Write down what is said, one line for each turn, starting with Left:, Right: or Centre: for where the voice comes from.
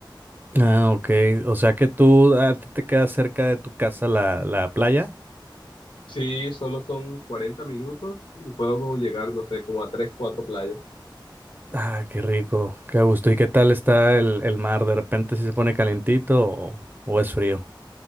Right: Ah, ok. O sea que tú, a ti te queda cerca de tu casa la, la playa.
Left: Sí, solo son 40 minutos y puedo llegar, no sé, como a 3 4 playas.
Right: Ah, qué rico, qué gusto. ¿Y qué tal está el, el mar? ¿De repente si se pone calentito o, o es frío?